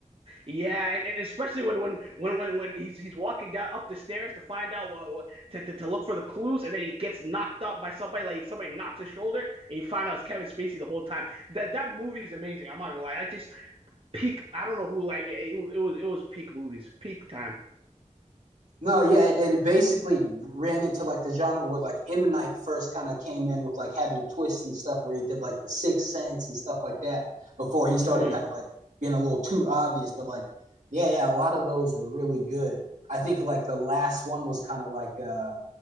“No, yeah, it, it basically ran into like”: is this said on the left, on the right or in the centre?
Right